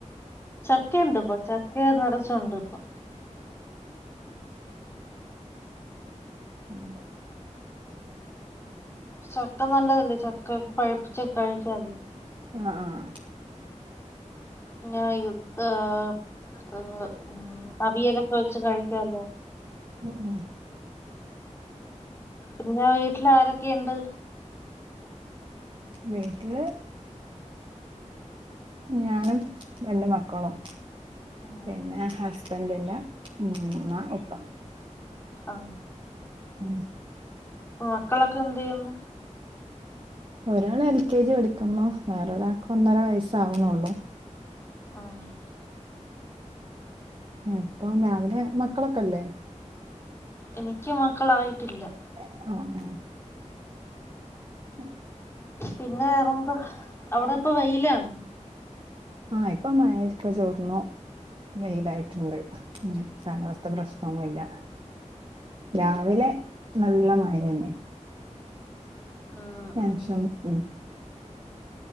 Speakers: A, on the left; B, on the right.
A: ചക്കയൊണ്ട് ഇപ്പ ചക്കേ നെറച്ചുണ്ട് ഇപ്പൊ
B: ഉം
A: ചക്ക നല്ലതല്ലേ ചക്ക പഴിപ്പിച്ച് കഴിക്കാല്ലേ
B: ആഹ് -ആഹ്
A: പിന്നെ <unintelligible> അവിയലൊക്കെ വെച്ച് കഴിക്കാല്ലോ
B: ഉം -ഉം
A: പിന്നേ വീട്ടിലാരൊക്കെയുണ്ട്
B: വീട്ടില് ഞാനും രണ്ട് മക്കളും
A: ഉം
B: പിന്നെ ഹസ്ബന്റിന്റെ ഉമ്മ ഉപ്പ
A: ആഹ്
B: ഉം
A: മക്കളൊക്കെ എന്തു ചെയ്യുന്നു
B: ഒരാള് എൽ കെ ജി പഠിക്കുന്നു വേറൊരാൾക്ക് ഒന്നര വയസ്സാവണുള്ളു
A: ആഹ്
B: ഇപ്പൊ രാവിലെ മക്കളൊക്കെയില്ലേ
A: എനിക്ക് മക്കളായിട്ടില്ലാ
B: ഏഹ് ആഹ് - ആഹ് ഉം
A: പിന്നെ വേറെന്തോ അവിടിപ്പം വെയിലാണോ
B: ആഹ് ഇപ്പൊ മഴയൊക്കെ ചോർന്നു വെയിലായിട്ടുണ്ട് ഉം കാലാവസ്ഥ പ്രശ്നൊന്നുയില്ല രാവിലെ നല്ല മഴയന്നെ
A: ആഹ്
B: ശേഷം
A: -ആഹ്
B: ഉം